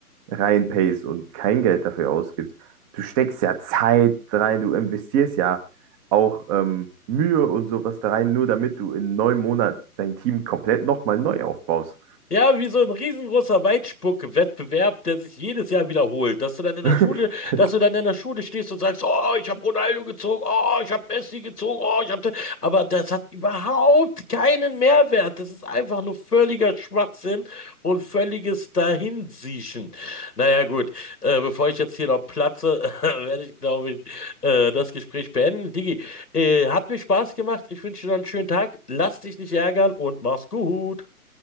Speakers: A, on the right (about 20°); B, on the left (about 90°).
A: reinpayst und kein Geld dafür ausgibst, du steckst ja Zeit rein, du investierst ja auch ähm, Mühe und sowas da rein, nur damit du in neun Monaten dein Team komplett nochmal neu aufbaust.
B: Ja, wie so ein riesengroßer Weitspuck-Wettbewerb, der sich jedes Jahr wiederholt. Dass du dann in der
A: <laughs>
B: Schule, dass du dann in der Schule stehst und sagst, oh, ich habe Ronaldo gezogen, oh, ich habe Messi gezogen, oh, ich habe. Aber das hat überhaupt keinen Mehrwert. Das ist einfach nur völliger Schwachsinn und völliges Dahinsiechen. Naja, gut, äh, bevor ich jetzt hier noch platze, <laughs> werde ich, glaube ich, äh, das Gespräch beenden. Digi, äh, hat mir Spaß gemacht. Ich wünsche dir noch einen schönen Tag. Lass dich nicht ärgern und mach's gut.